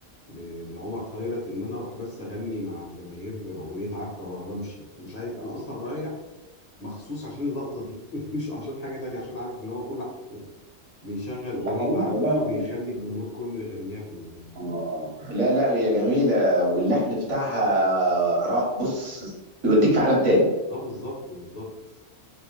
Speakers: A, on the left; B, on the right.
A: ل- لعمر خيرت ان انا اروح بس اغني مع الجماهير اغنيه عارفه و- وامشي مش عايز انا اصلا رايح مخصوص عشان اللقطه دي <laughs> مش عشان حاجه تانية عشان عارف ان هو كل ح- بيشغل اغنيه
B: ده حقيقة
A: عارفه
B: لا
A: وبيخلي
B: لا
A: الجمهور كله يغنيها في ال...
B: آه. لا لا هي جميلة واللحن بتاعها رأ بص يوديك في عالم تاني
A: اه بالظبط بالظبط